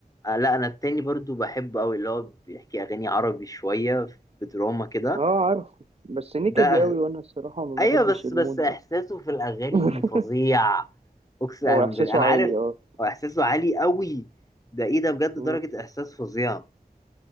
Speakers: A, on the left; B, on the right.
A: آه، لا انا التاني برضو بحبه قوي اللي هو بيحكي اغاني عربي شويه بدراما كده
B: اه عارف بس نيكا
A: ده
B: دي
A: أغ...
B: قوي وانا الصراحه ما
A: ايوه
B: بحبش
A: بس
B: المود
A: بس احساسه
B: ده
A: في الاغاني
B: <laughs>
A: فظيع اقسم
B: هو احساسه
A: بالله انا
B: عالي
A: عارف
B: اه
A: هو احساسه عالي قوي ده ايه ده بجد
B: مم.
A: درجه احساس فظيعه